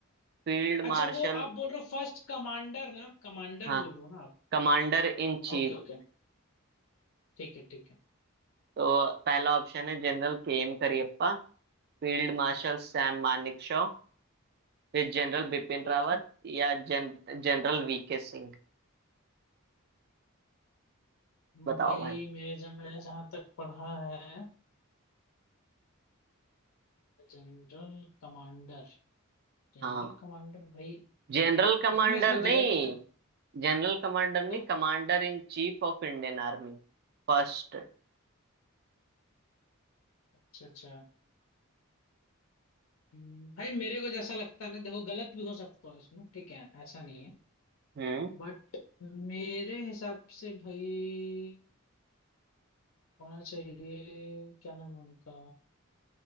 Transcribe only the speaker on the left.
अच्छा वो आप बोल रहे हो फर्स्ट कमांडर ना कमांडर
बोल रहे हो ना आप
Okay okay ठीक है ठीक है
ठीक
है
भाई
मेरे जब मैंने जहाँ तक पढ़ा है General commander जनरल
कमांडर भाई
देखो मैं इसमें
गलत
तो
अच्छा अच्छा हम्म, भाई मेरे को जैसा लगता है ना देखो गलत भी हो सकता हूँ इसमें ठीक है ऐसा नहीं है
बट मेरे हिसाब से भाई होना चाहिए क्या नाम है उनका